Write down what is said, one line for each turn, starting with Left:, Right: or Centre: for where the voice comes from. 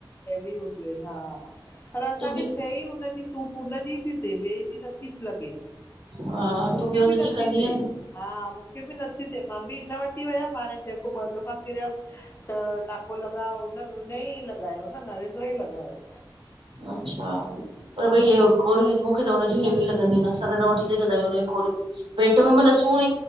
Left: हैवी हूंदियूं, हा। पर, असांखे
Right: तूं बि
Left: हुनजी सू उनजी थी थिए ॿिए जी नथी लॻे।
Right: हा
Left: मुखे
Right: तूं बि हुनजी
Left: भी नथी
Right: कंदीअ
Left: थिए
Right: न
Left: हा। मुखे बि नथी थिए मां बि इ हिन वटि ई वियमि, हाणे। जेको ॿ दफ़ा किरियमि त टाको लॻा हुन उनई। लॻायो नरेंद्र ई लॻायो
Right: अचछा, पर भई मूंखे त हुनजी हैवी <unintelligible> गोली पेट में सूर।